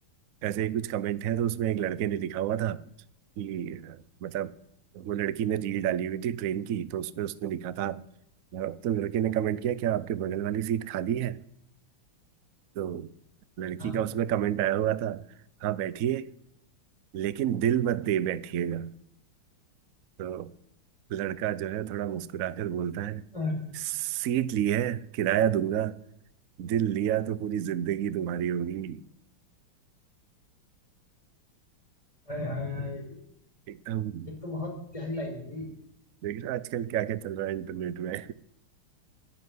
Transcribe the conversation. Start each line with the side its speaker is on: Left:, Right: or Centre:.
Right: ऐसे ही कुछ कमेंट है तो उसमें एक लड़के ने लिखा हुआ था कि अ, मतलब वो लड़की ने रील डाली हुई थी ट्रेन की तो उसमें उसने लिखा था अ, तो लड़के ने कमेंट किया क्या आपके बगल वाली सीट खाली है तो लड़की
Left: हाँ
Right: का उसमें कमेंट आया हुआ था हाँ बैठिए लेकिन दिल मत दे बैठिएगा तो लड़का जो है थोड़ा मुस्कुराकर बोलता है
Left: अच्छा,
Right: सीट ली है किराया दूंगा दिल लिया तो पूरी जिंदगी तुम्हारी होगी
Left: हाय हाय हाय
Right: एकदम
Left: ये तो बहुत प्यारी लाइन होगी
Right: देख रहे हो आजकल क्या क्या चल रहा है इंटरनेट में